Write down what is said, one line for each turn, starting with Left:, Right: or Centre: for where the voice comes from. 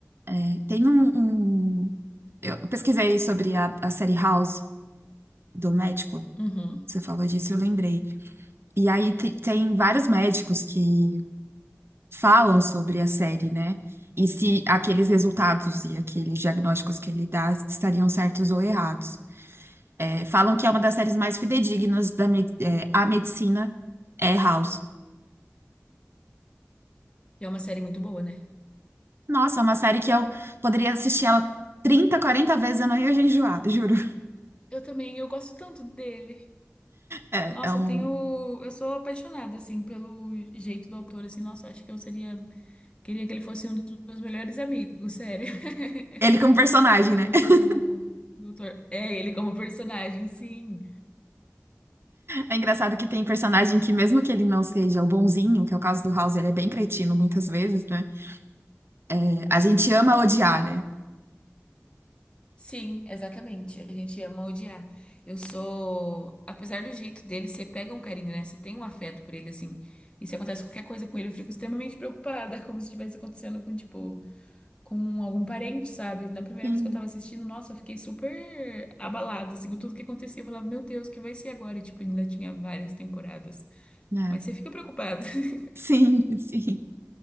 Right: É, tem um, um- Eu pesquisei sobre a, a série House do médico.
Left: Uhum.
Right: Você falou disso, eu lembrei. E aí te- tem vários médicos que falam sobre a série, né? E se aqueles resultados e aqueles diagnósticos que ele dá estariam certos ou errados. É, falam que é uma das séries mais fidedignas da me- é, a medicina é House.
Left: E é uma série muito boa, né?
Right: Nossa, é uma série que eu poderia assistir ela 30, 40 vezes, eu não ia enjoar, juro.
Left: Eu também, eu gosto tanto dele.
Right: É,
Left: Nossa,
Right: é um...
Left: eu tenho. Eu sou apaixonada, assim, pelo jeito do autor, assim. Nossa, acho que eu seria. Queria que ele fosse um dos meus melhores amigos, sério. <laughs>
Right: Ele como personagem,
Left: Pelo.
Right: né? <laughs>
Left: Doutor. É, ele como personagem, sim.
Right: É engraçado que tem personagem que, mesmo que ele não seja o bonzinho, que é o caso do House, ele é bem cretino muitas vezes, né? É,
Left: Muito.
Right: A gente ama odiar, né?
Left: Sim, exatamente. A gente ama odiar. Eu sou, apesar do jeito dele, você pega um carinho, né? Você tem um afeto por ele, assim. E se acontece qualquer coisa com ele, eu fico extremamente preocupada, <laughs> como se estivesse acontecendo com, tipo, com algum parente, sabe? Na primeira
Right: Sim,
Left: vez que eu tava assistindo, nossa, eu fiquei super abalada, assim, com tudo que acontecia. Eu falava, meu Deus, o que vai ser agora? E, tipo, ainda tinha várias temporadas.
Right: né?
Left: Mas você fica preocupada. <laughs>
Right: Sim, <laughs> sim.